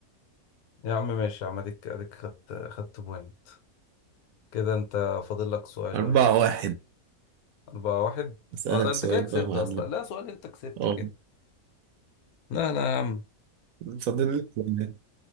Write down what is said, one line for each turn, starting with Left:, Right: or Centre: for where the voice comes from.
Left: يا عم ماشي يا عم أديك أديك خدت خدت بوينت كده أنت فاضل لك سؤال
Right: أربعة
Left: واحد
Right: واحد
Left: أربعة واحد
Right: أسألك
Left: أه ده أنت
Right: سؤال
Left: كده كسبت
Right: بقى يا معلم
Left: أصلا لا سؤال أنت كسبت
Right: اه
Left: كده لا لا يا عم
Right: فاضل لك سؤال.